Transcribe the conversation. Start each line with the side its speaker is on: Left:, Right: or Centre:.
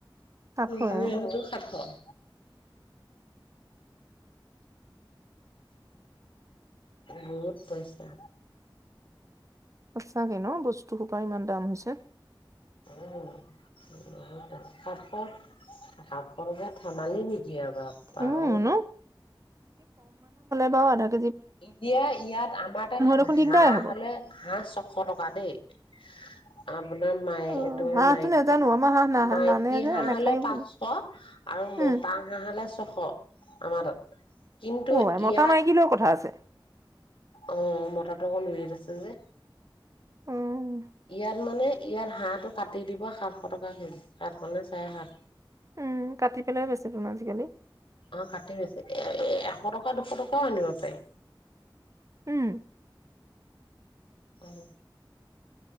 Right: সাত শই,
Left: মিজোৰামতো
Right: অহ।
Left: সাতশ বহুত পইচা
Right: সঁচাকে ন বস্তু সোপা ইমান দাম হৈছে
Left: উ সাতশ। সাতশ টকা ধেমালি নেকি আৰু বাপা
Right: উম,
Left: ঐ
Right: ন। অ'
Left: এতিয়া ইয়াত আমাৰ তাত হাঁ
Right: দেখোন
Left: হাঁহ
Right: দিগদাৰে হ'ব।
Left: হলে হাঁহ ছশ টকা দেই অ আপোনাৰ মাই
Right: অ'
Left: তোমাৰ
Right: হাঁহটো
Left: মাইকী
Right: নাজানো আমাৰ হাঁহ না
Left: মাইকী
Right: নানে যে
Left: হাঁহ
Right: নাখায়ো
Left: হলে পাঁচশ
Right: বুলি
Left: আৰু
Right: উম,
Left: মতা হাঁহ হলে ছশ আমাৰ কিন্তু
Right: অ' আই মতা-মাইকী
Left: ইয়াত
Right: লৈও কথা আছে
Left: অ মতটো অকণ উৱেইট আছে যে
Right: উম,
Left: ইয়াত মানে ইয়াত হাঁহটো কাটি দিব সাতশ টকা কেজি সাতশ নে চাৰে সাতশ
Right: উম কাটি পেলাই বেছি দিম আজিকালি
Left: অ' কাটে বেছি। এ এশ টকা দুশ টকাও আনিব পাৰি
Right: উম
Left: হয়